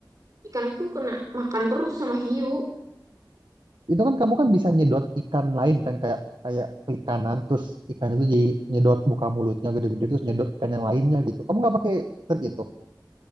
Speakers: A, on the right (about 50°); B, on the right (about 80°).
A: ikanku kena makan terus sama hiu
B: Itu kan kamu kan bisa nyedot ikan lain kan kayak kayak klik kanan terus ikannya tuh jadi nyedot buka mulutnya gede-gede terus nyedot ikan yang lainnya gitu. Kamu nggak pakai trik gitu?